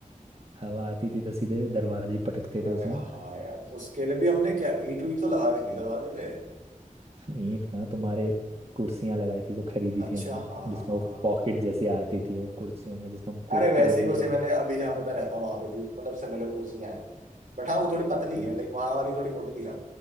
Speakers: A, on the right (about 45°); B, on the right (about 70°).
A: हवा आती थी तो सीधे दरवाजे ही पटकते
B: अरे
A: थे उसमें
B: हाँ यार उसके लिए भी हमने क्या ईंट वीट तो लगा दी थी दरवाजे पे
A: ईंट कहाँ तुम्हारे कुर्सियां लगाई थी जो खरीदी
B: अच्छा
A: थी हमने
B: हाँ हाँ
A: जिसमें
B: हाँ
A: वो
B: हाँ।
A: पॉकेट जैसी आती थी वो कुर्सियों में जिसमें हम कोक
B: अरे वैसी
A: की बोतलें
B: कुर्सी
A: डाल
B: मैंने अभी जहाँ पे मैं रहता हूँ वहां पे भी मतलब सिमिलर कुर्सियां हैं बट हाँ वो थोड़ी पतली
A: हम्म।
B: है लाइक वहां वाली थोड़ी मोटी थी ना